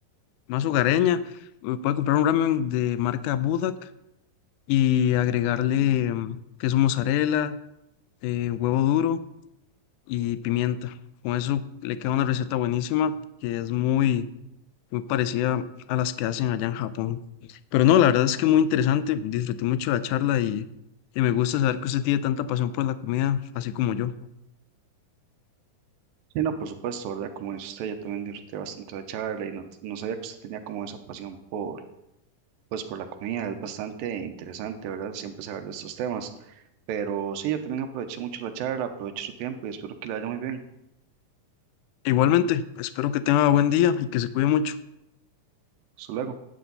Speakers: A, on the left; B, on the right.
A: más hogareña. Eh, Puede comprar un ramen de marca Budak y agregarle mm, queso mozzarella, eh, huevo duro y pimienta. Con eso le queda una receta buenísima que es muy, muy parecida a las que hacen allá en Japón. Pero no, la verdad es que muy interesante. Disfruté mucho la charla y, y me gusta saber que usted tiene tanta pasión por la comida, así como yo.
B: Sí, no, por supuesto, ¿verdad? Como dice usted, yo también disfruté bastante la charla y no, no sabía que usted tenía como esa pasión por pues por la comida. Es bastante interesante, ¿verdad? Siempre saber de estos temas. Pero sí, yo también aproveché mucho la charla, aprovecho su tiempo y espero que le vaya muy bien.
A: Igualmente, espero que tenga buen día y que se cuide mucho.
B: Hasta luego.